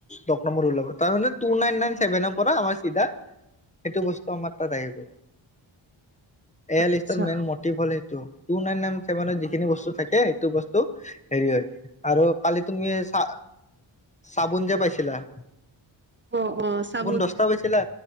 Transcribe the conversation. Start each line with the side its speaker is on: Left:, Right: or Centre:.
Left: দহ নম্বৰ ওলাব তাৰে মানে কি টু নাইন নাইন ছেভেন <unintelligible> পৰা আমাৰ চিধা সেইটো বস্তু আমাৰ তাত আহি গল এয়াই লিষ্টৰ
Right: আচ্ছা
Left: মেইন মটিভ হল সেইটো টু নাইন নাইন ছেভেনত যিখিনি বস্তু থাকে সেইটো বস্তু <unintelligible> হেৰি হয় আৰু কালি তুমি চা চাবোন যে পাইছিলা
Right: অঁ অঁ চাবোন
Left: দহটা পাইছিলা